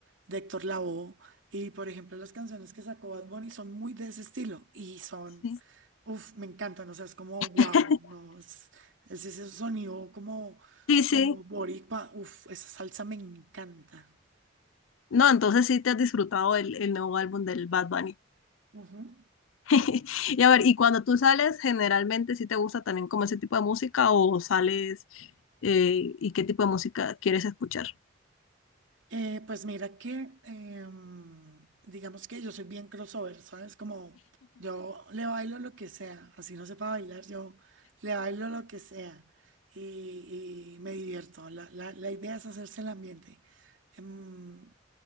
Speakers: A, on the right; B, on the left.
A: De Héctor Lavoe, y por ejemplo, las canciones que sacó Bad Bunny son muy de ese estilo, y son,
B: sí,
A: uff, me encantan, o sea, es como,
B: <laughs>
A: wow, no, es, es ese sonido como,
B: sí, sí.
A: como boricua, uff, esa salsa me encanta.
B: No, entonces sí te has disfrutado el, el nuevo álbum del Bad Bunny.
A: Ujú.
B: <laughs> Y a ver, y cuando tú sales, generalmente sí te gusta también como ese tipo de música o sales eh, y qué tipo de música quieres escuchar.
A: Eh, pues mira que, em, digamos que yo soy bien crossover, ¿sabes? Como yo le bailo lo que sea, así no sepa bailar, yo le bailo lo que sea y, y me divierto. La, la- la idea es hacerse el ambiente. Em,